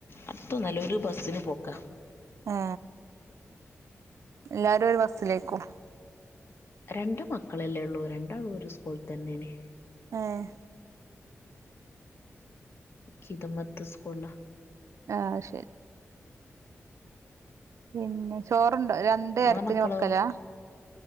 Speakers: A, on the left; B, on the right.
A: അടുത്ത് ഉള്ളോര് ബസ്സിന് പോക്കാ
B: ആ എല്ലാരും ഒരു ബസ്സിലേക്കും ആ
A: രണ്ട് മക്കളല്ലേ ഉള്ളൂ രണ്ടാളും ഒരു സ്കൂളിൽ തന്നല്ലേ?
B: ആഹ്
A: കിതമ്മത്ത് സ്കൂളില
B: ആഹ് ശരി പിന്നെ ചോറുണ്ടോ രണ്ട്
A: നിങ്ങളെ
B: നേരത്തിന്
A: മക്കളോ
B: വെക്കലാ